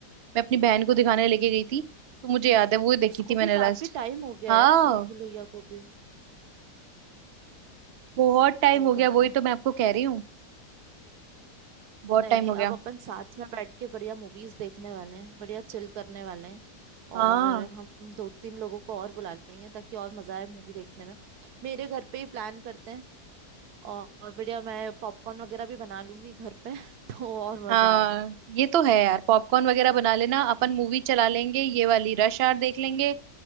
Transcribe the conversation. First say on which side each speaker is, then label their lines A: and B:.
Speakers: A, on the right; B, on the right.
A: मैं अपनी बहन को दिखाने लेके गई थी तो मुझे याद है वो देखी
B: उसको
A: थी मैंने
B: भी काफी
A: लास्ट
B: टाइम हो गया
A: हाँ
B: है यार भूल भुलैया को भी
A: बहुत टाइम
B: कोई
A: हो गया
B: बात
A: वही
B: नहीं
A: तो मैं आपको कह रही हूँ बहुत
B: नहीं
A: टाइम
B: नहीं
A: हो गया
B: अब अपन साथ में बैठ के बढ़िया मूवीज देखने वाले हैं बढ़िया चिल करने वाले हैं
A: हाँ
B: और हम दो तीन लोगों को और बुला लेंगे ताकि और मजा आए मूवी देखने में मेरे घर पे ही प्लान करते हैं और और बढ़िया मैं पॉपकॉर्न वगैरह भी बना लूंगी घर पे <laughs> तो और
A: हाँ
B: मजा आएगा
A: ये तो है यार पॉपकॉर्न वगैरह बना लेना अपन मूवी चला लेंगे ये वाली रश आवर देख लेंगे